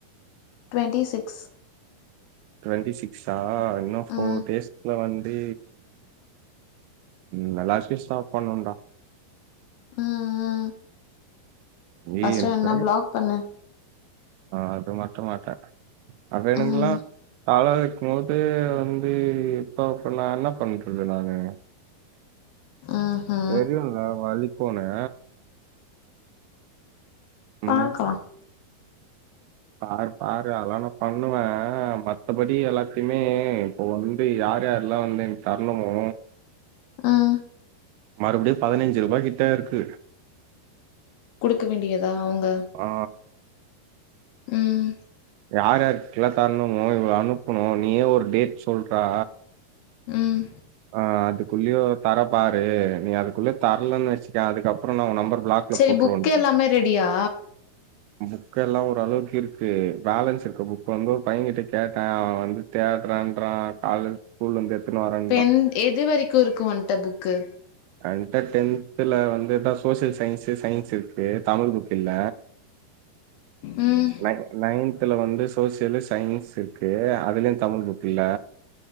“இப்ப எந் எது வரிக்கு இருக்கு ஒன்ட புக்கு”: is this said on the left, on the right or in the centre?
Left